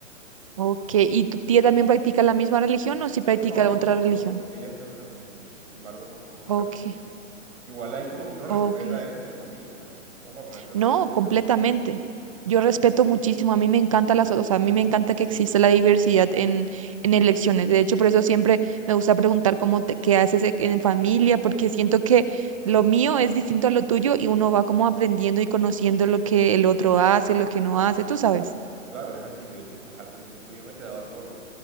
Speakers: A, on the right; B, on the right.
A: Ok, ¿y tu tía también practica la misma religión o si practica
B: No, no,
A: otra religión?
B: no, ella es de otra religión. Sin embargo, tampoco
A: Ok,
B: es catolicismo. Igual hay como que uno respeta
A: ok.
B: eso entre familias, ¿sabes? No es como para ponerse a
A: No,
B: pelear ni
A: completamente.
B: nada.
A: Yo respeto muchísimo, a mí me encanta las, o sea, a mí me encanta que exista la diversidad en, en elecciones. De hecho, por eso siempre me gusta preguntar cómo te, qué haces e- en familia, porque siento que lo mío es distinto a lo tuyo y uno va como aprendiendo y conociendo lo que el otro hace, lo que no hace, tú sabes.
B: Claro, es así. De hecho, pues al principio yo me quedaba solo.